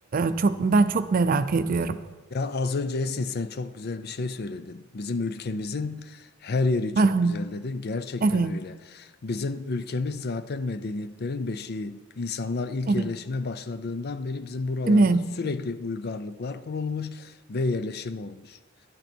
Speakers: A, on the right; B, on the left.
A: e, çok ben çok merak ediyorum.
B: Ya az önce Esin sen çok güzel bir şey söyledin. Bizim ülkemizin her yeri çok
A: Hı hı,
B: güzel dedin. Gerçekten
A: Evet,
B: öyle. Bizim ülkemiz zaten medeniyetlerin beşiği. İnsanlar ilk
A: evet,
B: yerleşime başladığından beri bizim buralarda
A: değil mi?
B: sürekli uygarlıklar kurulmuş ve yerleşim olmuş.